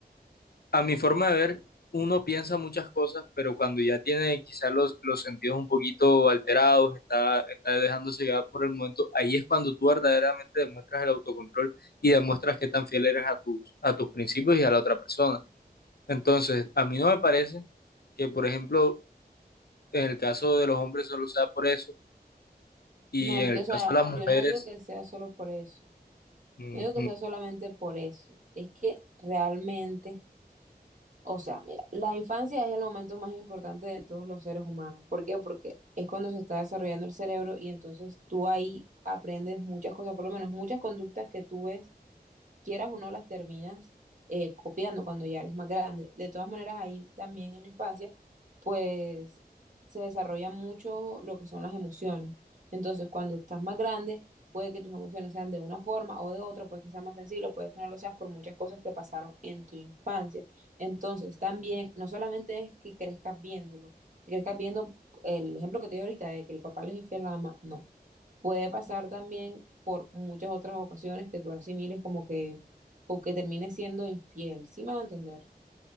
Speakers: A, on the left; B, on the right.
A: A mi forma de ver, uno piensa muchas cosas, pero cuando ya tiene quizás los, los sentidos un poquito alterados, está, está dejándose llevar por el momento, ahí es cuando tú verdaderamente demuestras el autocontrol y demuestras qué tan fiel eres a tus, a tus principios y a la otra persona. Entonces, a mí no me parece que, por ejemplo, en el caso de los hombres solo sea por eso y
B: no es
A: en
B: que,
A: el
B: o
A: caso
B: sea,
A: de las
B: yo
A: mujeres,
B: no digo que sea solo por eso,
A: ujú,
B: no digo que sea solamente por eso, es que realmente... O sea, mira, la infancia es el momento más importante de todos los seres humanos. ¿Por qué? Porque es cuando se está desarrollando el cerebro y entonces tú ahí aprendes muchas cosas, por lo menos muchas conductas que tú ves quieras o no, las terminas eh, copiando cuando ya eres más grande. De todas maneras, ahí también en la infancia, pues se desarrolla mucho lo que son las emociones. Entonces, cuando estás más grande, puede que tus emociones sean de una forma o de otra, puede que seas más sensible, puede que no lo seas por muchas cosas que pasaron en tu infancia. Entonces, también, no solamente es que crezcas viéndolo, que crezcas viendo el ejemplo que te di ahorita de que el papá les infiel a la mamá, no Puede pasar también por muchas otras ocasiones que tú asimiles como que, o que termines siendo infiel, ¿sí me va a entender?